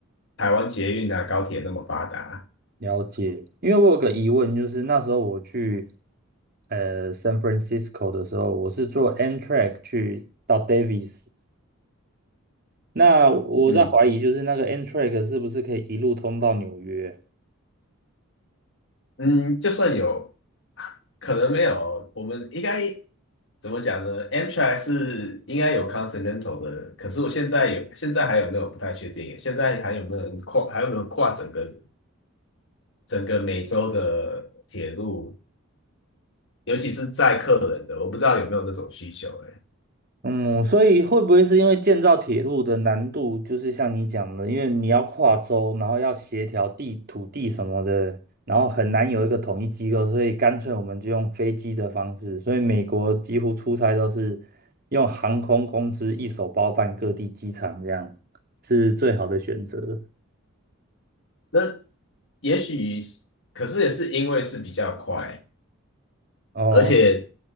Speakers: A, on the left; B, on the right.
A: 台湾捷运啊高铁那么发达。
B: 了解，因为我有个疑问，就是那时候我去呃 San Francisco 的时候，我是坐 Amtrak 去到 Davis，那我在怀疑就是那个
A: 嗯
B: Amtrak 是不是可以一路通到纽约？
A: 嗯，就算有。可能没有，我们应该怎么讲呢？Amtrak 是应该有 Continental 的，可是我现在有，现在还有没有不太确定耶。现在还有没有人跨，还有没有跨整个整个美洲的铁路，尤其是载客人的，我不知道有没有那种需求、欸。
B: 嗯，所以会不会是因为建造铁路的难度，就是像你讲的，因为你要跨州，然后要协调地土地什么的，然后很难有一个统一机构，所以干脆我们就用飞机的方式。所以美国几乎出差都是用航空公司一手包办各地机场，这样是最好的选择。
A: 那也许是，可是也是因为是比较快，
B: 哦，
A: 而且